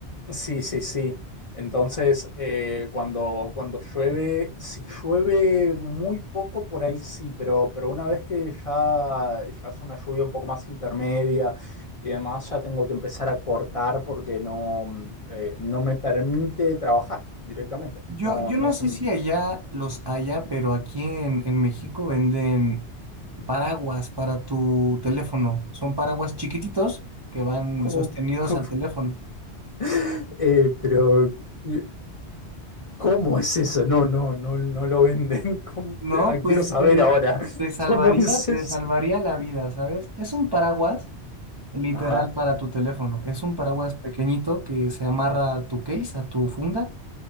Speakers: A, on the left (about 35°); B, on the right (about 35°).
A: Sí, sí, sí. Entonces, eh, cuando, cuando llueve, si llueve muy poco, por ahí sí, pero, pero una vez que ya, ya es una lluvia un poco más intermedia y demás, ya tengo que empezar a cortar porque no, mm, eh, no me permite trabajar directamente.
B: Yo,
A: No,
B: yo
A: no
B: no
A: se...
B: sé
A: me-
B: si allá los haya, pero aquí en, en México venden paraguas para tu teléfono. Son paraguas chiquititos que van
A: ¿Cómo?
B: sostenidos
A: cómo?
B: al teléfono.
A: <laughs> Eh, pero, eh, ¿cómo es eso? No, no, no, no lo venden. <laughs> ¿Cómo?
B: No,
A: Ah, Quiero
B: pues
A: saber
B: eh,
A: ahora,
B: te
A: <laughs>
B: salvaría,
A: ¿cómo es
B: te
A: eso?
B: salvaría la vida, ¿sabes? Es un paraguas literal
A: Ajá.
B: para tu teléfono. Es un paraguas pequeñito que se amarra a tu case, a tu funda,